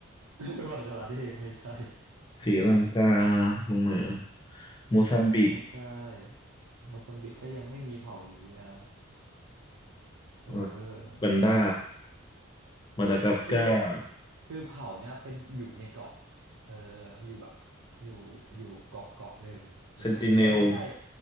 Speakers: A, on the right; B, on the left.
A: <laughs> บังกลาเทศไม่ใช่
B: ศรีลังกาลงเหนือ
A: <laughs>
B: โมซัมบิก
A: ศรีลังกายังไม่ใช่โมซัมบิกก็ยังไม่มีเผ่านี้นะ เออ
B: อ่ากันดามาดากัสการ์
A: คือ คือเผ่าเนี่ยเป็นอยู่ในเกาะเอออยู่แบบอยู่อยู่เกาะเกาะหนึ่งเออแล้วก็ไม่ใช่
B: เซนติเนล